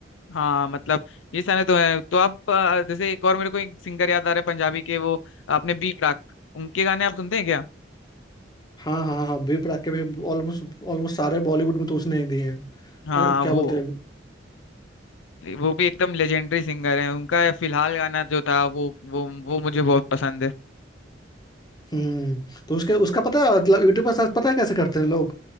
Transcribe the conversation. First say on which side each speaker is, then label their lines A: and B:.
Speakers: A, on the left; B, on the left.
A: हाँ मतलब ये सारे तो है तो आप अ, जैसे एक और मेरे को एक सिंगर याद आ रहा है पंजाबी के वो आपने बी प्राक उनके गाने आप सुनते हैं क्या
B: हाँ हाँ हाँ बी प्राक के भी ऑलमोस्ट ऑलमोस्ट सारे बॉलीवुड में तो उसने ही दिए हैं
A: हाँ
B: और क्या
A: वो
B: बोलते हैं
A: वो भी एकदम लेजेंडरी सिंगर है उनका फिलहाल गाना जो था वो वो वो मुझे बहुत पसंद है
B: हम्म तो उसके उसका पता है मतलब यूट्यूब पर सर्च पता है कैसे करते हैं लोग